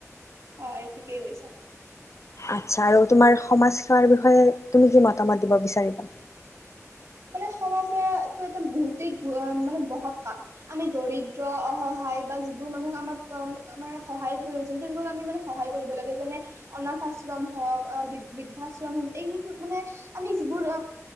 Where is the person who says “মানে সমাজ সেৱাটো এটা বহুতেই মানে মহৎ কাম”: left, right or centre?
Right